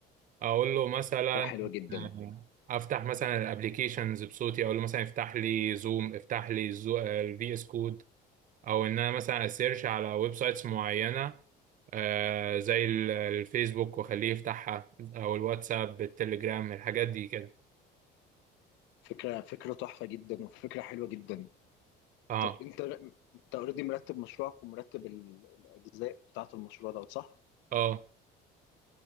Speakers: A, on the right; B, on the left.
A: اقول له مثلا
B: فكرة حلوة جدا
A: آه، افتح مثلا الابليكيشنز بصوتي اقول له مثلا افتح لي زوم افتح لي الفي اس كود او ان انا مثلا اسيرش على ويب سايتس معينه آه، زي ال- الفيسبوك واخليه يفتحها او الواتساب التليجرام الحاجات دي كده
B: فكرة فكرة تحفة جدا وفكرة حلوة جدا
A: اه
B: طب انت انت اوريدي مرتب مشروعك ومرتب الجزء بتاعت المشروع ده صح؟
A: اه